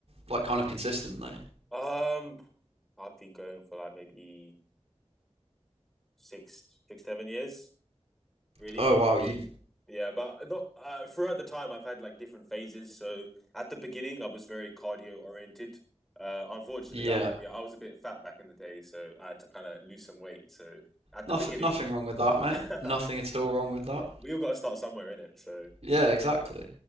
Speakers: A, on the right; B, in the centre.
A: like kind of consistently.
B: Um, I've been going for like maybe six, six, seven years, really.
A: Oh wow,
B: I mean,
A: you
B: yeah, but not uh, throughout the time I've had like different phases. So at the beginning, I was very cardio oriented. Uh, unfortunately,
A: yeah,
B: I yeah, I was a bit fat back in the day, so I had to kind of lose some weight. So at
A: nothing
B: the beginning.
A: nothing wrong with that, mate.
B: <laughs>
A: Nothing at all wrong
B: Well,
A: with that.
B: yeah, we all got to start somewhere in it. So,
A: Yeah, exactly.